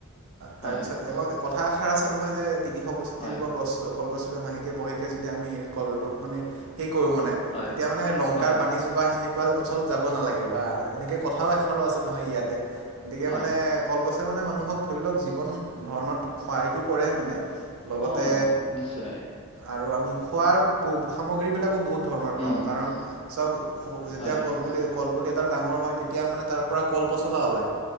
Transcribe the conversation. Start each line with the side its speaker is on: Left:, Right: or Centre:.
Right: তাৰপিছত
Left: হয়
Right: এবাৰ কথা এষাৰ আছে নহয় যে। তিনিশ পঁয়ষষ্ঠি
Left: হয়
Right: ৰুপ গছ কলগছদি মাহেকৈ বহেকৈ যদি আমি সে কল মানে হে কৰোঁ মানে।
Left: হয়
Right: তেতিয়া মানে লংকাৰ
Left: হয়
Right: বাানিজোপা সেনেকুৱা। এনেকুৱা অঞ্চলত যাব নালাগে বা এনেকে কথাও এষাৰ আছে নহয় ইয়াতে গতিকে
Left: হয়
Right: মানে কলগছ। মানে মানুহক ধৰি লওঁক জীৱন ধৰণৰ সহায়টো কৰে মানে। লগতে
Left: অ নিশ্চয়
Right: আৰু আমি খোৱাৰ সামগ্ৰীবিলাকো বহুত। ধৰণৰ
Left: উম
Right: পাওঁ কাৰণ চাওঁক যেতিয়া
Left: হয়
Right: কল পুলি। কলপুলি এডাল ডাঙৰ হয় তেতিয়া মানে তাৰ পৰাৰা কল পচলা ওলায়।